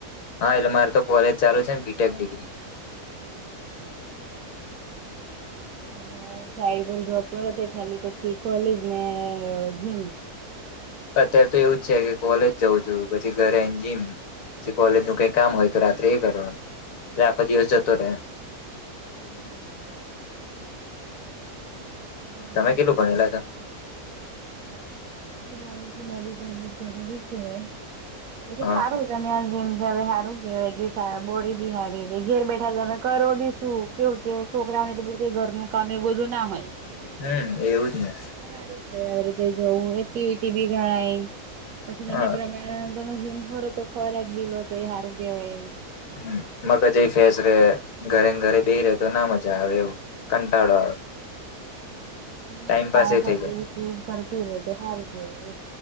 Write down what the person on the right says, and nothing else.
<inaudible> ત સાઈડ પર જોવાબ પે કે ખાલી પછી કોલેજ ને જીમ.
<inaudible> હમ
જીમ
જાવ
છે? વા મે કોલેજ જરૂરી છે. <unintelligible>
તમે્યા જીમ જવે સારું કેવાય કે બોડી બી સારી ર ઘેર બેઠા તમે કરો બી શું. કેવું કે છોકરાઓને એટલે બધું ઘરનું કામ એવું બધું ના હોય.
સારું કહેવાય આવી રીતે જવું એક્ટિવિટી બી ગણાય પછી તમે,
તમે જીમ ખોરો તો ખોરાક બિલો તો એ સારું કેહેવાય.
એમ
માણસ
એક્ટિવિટી
કરતી રહે તો હારુ કેવાય.